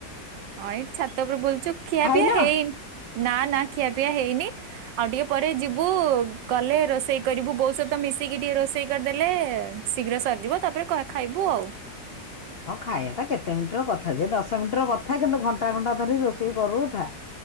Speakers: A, on the right; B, on the left.
A: ହଁ ଏଇଠି ଛାତ ଉପରୁ ବୁଲୁଛୁ ଖିଆ
B: ଖାଇଲ?
A: ପିଆ ହେଇନି। ନା ନା ଖିଆ ପିଆ ହେଇନି ଆଉ ଟିକେ ପରେ ଯିବୁ ଗଲେ ରୋଷେଇ କରିବୁ ବହୁ ସତ ମି ମିଶିକି ଟିକେ ରୋଷେଇ କରିଦେଲେ ଶୀଘ୍ର ସରିଯିବ ତାପରେ ଖାଇବୁ ଆଉ।
B: ହଁ ଖାଇବାଟା କେତେ ମିନିଟର କଥା ଯେ ଦଶ ମିନିଟ ର କଥା କିନ୍ତୁ ଘଣ୍ଟା ଘଣ୍ଟା ଧରି ରୋଷେଇ କରୁଥା।